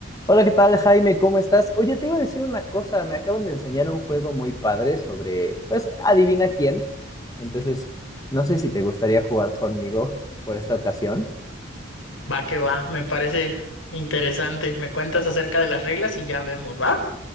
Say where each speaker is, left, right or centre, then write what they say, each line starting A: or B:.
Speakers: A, on the left (about 20°); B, on the left (about 80°).
A: Hola, ¿qué tal, Jaime? ¿Cómo estás? Oye, te iba a decir una cosa, me acaban de enseñar un juego muy padre sobre, pues, adivina quién. Entonces, no sé si te gustaría jugar conmigo por esta ocasión.
B: Va que va, me parece interesante. Me cuentas acerca de las reglas y ya vemos, ¿va?